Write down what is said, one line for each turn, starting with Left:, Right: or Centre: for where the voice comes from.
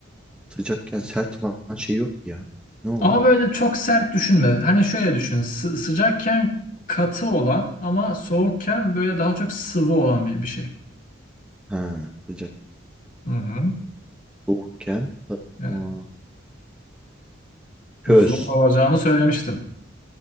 Centre: Sıcakken sert olan şey yok ki ya. Ne olan?
Left: Ama böyle çok sert düşünme. Hani şöyle düşün. sı- sıcakken katı olan ama soğukken böyle daha çok sıvı olan bir, bir şey.
Centre: Ha, sıcak.
Left: Hı hı.
Centre: Soğukken ha,
Left: Yani
Centre: ıı, köz.
Left: zor olacağını söylemiştim.